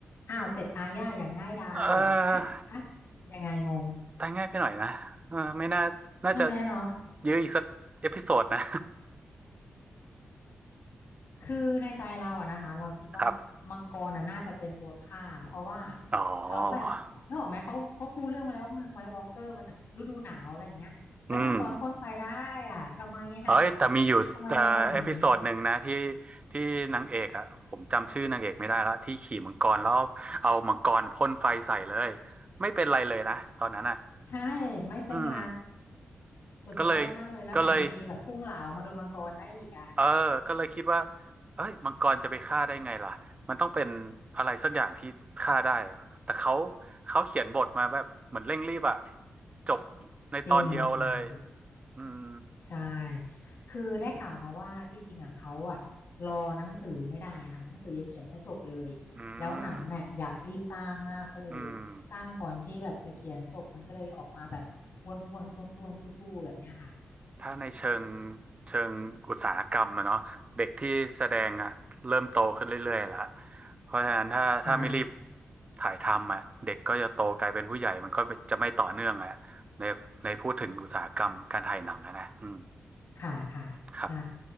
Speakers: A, on the left (about 70°); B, on the right (about 30°).
A: อ้าวเสร็จอาญาอย่างง่ายดายแบบอ่ะอ่ะ
B: <laughs> เออ
A: ยังไงงง
B: ตายง่ายไปหน่อยนะเออไม่น่าน่าจะ
A: ใช่ไหมเนาะ
B: ยื้ออีกสักเอพิโซดนะ
A: คือในใจเราอะนะคะเราคิดว่ามังกรอะน่าจะเป็นตัวฆ่าเพราะว่า
B: <laughs> ครับอ๋อ
A: เขาแบบนึกออกไหมเขาเพราะปูเรื่องมาแล้วว่ามันไวท์วอล์กเกอร์มาจากฤดูหนาวอะไรอย่างเงี้ยแล้วมังกรพ่นไฟได้อ่ะทำไมอ่ะ
B: อืม เอ้ยแต่มีอยู่เอ่อเอพิโซดหนึ่งนะที่
A: <laughs> ทำไมมันเป็นอย่างนี้
B: ที่นางเอกอ่ะผมจำชื่อนางเอกไม่ได้และที่ขี่มังกรแล้วเอามังกรพ่นไฟใส่เลยไม่เป็นไรเลยนะตอนนั้นอ่ะ
A: ใช่ไม่เป็นไร
B: อืม
A: สุดยอดมากเลยแล้วแถมยังมีแบบพุ่งเหลามาโดนมังกรได้อีกอ่ะ
B: ก็เลยก็เลยเออก็เลยคิดว่าเอ้ยมังกรจะไปฆ่าได้ไงล่ะมันต้องเป็นอะไรสักอย่างที่ฆ่าได้แต่เขาเขาเขียนบทมาแบบเหมือนเร่งรีบอ่ะจบในตอนเดียวเลย
A: จริงค่ะจริง
B: อืม
A: ใช่คือได้ข่าวมาว่าที่จริงอ่ะเขาอ่ะรอหนังสือไม่ได้ค่ะหนังสือยังเขียนไม่จบเลยแล้วหนังเนี่ยอยากรีบสร้างมากก็เลย
B: อืมอืม
A: สร้างก่อนที่แบบจะเขียนจบมันก็เลยออกมาแบบวนๆวนทวนทวนทู่ทู่ๆแบบเนี้ยค่ะ
B: ถ้าในเชิงเชิงอุตสาหกรรมอะเนาะเด็กที่แสดงอะเริ่มโตขึ้นเรื่อยๆละเพราะฉะนั้นถ้าถ้าไม่รีบ
A: <laughs> ใช่
B: ถ่ายทำอะเด็กก็จะโตกลายเป็นผู้ใหญ่มันก็จะไม่ต่อเนื่องอะในในพูดถึงอุตสาหกรรมการถ่ายหนังอะนะอืม
A: ค่ะค่ะใช่
B: ครับ